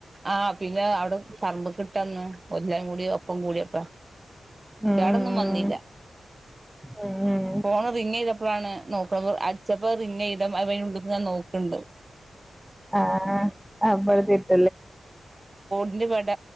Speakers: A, on the right (about 30°); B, in the centre.
A: ആഹ് പിന്നെ അവ്ടെ പറമ്പ് കിട്ടന്ന് ഒലും കൂടി ഒപ്പം കൂടിയപ്പാ
B: ഉം
A: കേടൊന്നും വന്നീല്ല
B: ഉം ഉം
A: ഫോണ് റിങ് ചെയ്ത പ്പളാണ് നോക്ക്ണെ അട്ച്ചപ്പ റിങ്ങയ്ത അപ്പ അയ്ൻ്റെ ഉള്ള്ക്ക് നോക്ക്ണ്ട്
B: ആഹ് അമ്പഴ തീറ്റ
A: ന്റെ വട